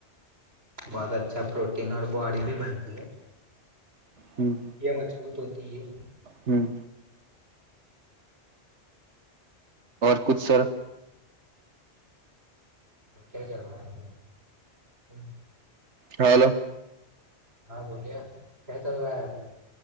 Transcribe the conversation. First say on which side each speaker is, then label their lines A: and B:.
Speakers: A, on the right (about 65°); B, on the right (about 85°).
A: બહુત અચ્છા પ્રોટન બોડી ભી બનતી હ.
B: હમ.
A: મજબૂત હોતી હ.
B: હમ. કછ સર.
A: ક્યા ચાલ અ હ.
B: હા હલો.
A: હા બોલ્યા ક્યા ચાલ રહા હ અભી.